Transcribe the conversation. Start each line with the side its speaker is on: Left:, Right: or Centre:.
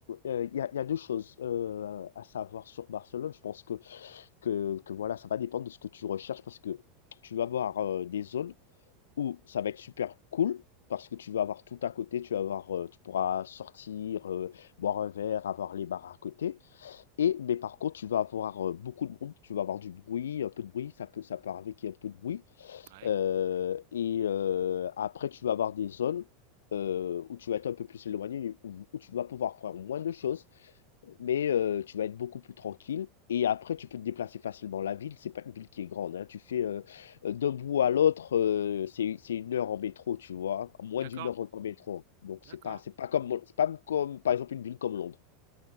Left: heu, il y a il y a 2 choses, heu, à savoir sur Barcelone. Je pense que que que voilà, ça va dépendre de ce que tu recherches parce que tu vas avoir, heu, des zones où ça va être super cool parce que tu vas avoir tout à côté, tu vas avoir, heu, tu pourras sortir, heu, boire un verre, avoir les bars à côté et mais par contre, tu vas avoir, heu, beaucoup de monde, tu vas avoir du bruit, un peu de bruit, ça peut ça peut arriver qu'il y ait un peu de bruit
Right: Ouais,
Left: Heu et heu, après tu vas avoir des zones, heu, où tu vas être un peu plus éloigné, où où tu vas pouvoir faire moins de choses, mais heu, tu vas être beaucoup plus tranquille et après tu peux te déplacer facilement. La ville, c'est pas une ville qui est grande, hein. Tu fais, heu, heu, d'un bout à l'autre, heu, c'est c'est une heure en métro, tu vois? Moins
Right: d'accord,
Left: d'une heure en en métro, donc
Right: d'accord.
Left: c'est pas c'est pas comme Mon c'est pas comme, par exemple, une ville comme Londres.